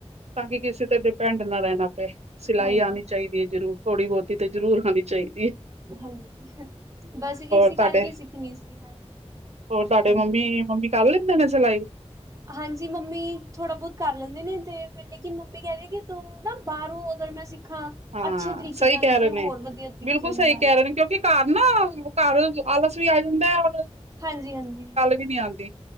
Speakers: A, on the right; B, on the right.
A: ਤਾਂ ਕੀ ਕਿਸੇ ਤੇ ਡਿਪੈਂਡ ਨਾ ਰਹਿਣਾ ਪਏ, ਸਿਲਾਈ
B: ਹਾਂਜੀ
A: ਆਣੀ ਚਾਹੀਦੀ ਐ ਜ਼ਰੂਰ, ਥੋੜ੍ਹੀ ਬਹੁਤ। ਕਿਤੇ ਜ਼ਰੂਰ ਆਣੀ ਚਾਹੀਦੀ ਐ।
B: ਹਾਂਜੀ, ਬਸ ਇਸੀ
A: ਤੁਹਾਡੇ
B: ਕਰਕੇ ਸਿੱਖਣੀ ਸੀ, ਹਾਂਜੀ।
A: ਹੋਰ, ਸਾਡੇ
B: ਹਾਂਜੀ
A: ਮੰਮੀ-ਮੰਮੀ ਕਰ ਲੈਂਦੇ ਨੇ ਸਿਲਾਈ।
B: ਹਾਂਜੀ, ਮੰਮੀ ਥੋੜ੍ਹਾ ਬਹੁਤ ਕਰ ਲੈਂਦੇ ਨੇ, ਤੇ ਫਿਰ ਲੇਕਿਨ ਮੰਮੀ ਕਹਿੰਦੇ ਕਿ ਤੂੰ ਨਾ ਬਾਹਰੋਂ ਅਗਰ ਮੈਂ ਸਿੱਖਾਂ
A: ਹਾਂ,
B: ਅੱਛੇ ਤਰੀਕੇ
A: ਸਹੀ
B: ਨਾਲ
A: ਕਹਿ
B: ਤੇ
A: ਰਹੇ ਨੇ।
B: ਹੋਰ ਵਧੀਆ ਤਰੀਕੇ
A: ਬਿਲਕੁਲ ਸਹੀ
B: ਨਾਲ ਆ
A: ਕਹਿ
B: ਸਕ
A: ਰਹੇ ਨੇ, ਕਿਉਂਕਿ ਘਰ ਨਾ ਘਰ ਆਲਸ ਵੀ ਆ ਜਾਂਦਾ ਐ, ਔਰ
B: ਹਾਂਜੀ-ਹਾਂਜੀ।
A: ਨਹੀਂ ਆਂਦੀ,